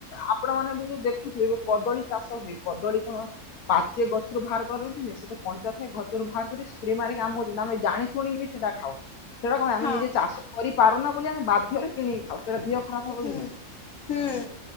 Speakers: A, on the left; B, on the left.
A: ଆପଣ ମାନେ ବି ଦେଖୁଥିବେ ଏବେ କଦଳୀ ଚାଷ ହୁଏ କଦଳୀ କଣ ପାଚେ ଗଛରୁ ବାହାର କର ସେ ପଞ୍ଚା ଥାଏ ଘଛରୁ ବାହାର କରି ସ୍ପ୍ରେ ମାରିକି ଆମ ହୋଉଛନ୍ତି ଆମେ ଜାଣି ଶୁଣିକି ବି ସେଇଟା ଖାଉ। ସେଇଟା କମେ
B: ହଁ
A: ଆମେ ନିଜେ ଚାଷ କରିପାରୁନା ବୋଲି ଆମେ ବାଧ୍ୟ କିଣି ଆଉ ସେଇଟା ଦେହ ଖରାପ ହବ
B: ହୁଁ
A: ବୋଲି ନାଇ।
B: ହୁଁ